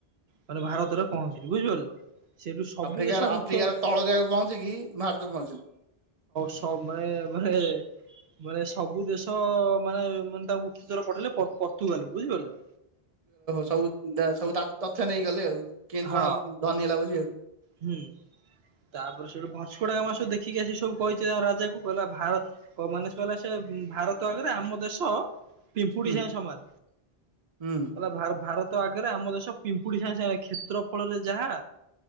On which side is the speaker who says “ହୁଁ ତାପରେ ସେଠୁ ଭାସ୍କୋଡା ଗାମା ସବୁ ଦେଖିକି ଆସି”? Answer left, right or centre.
Right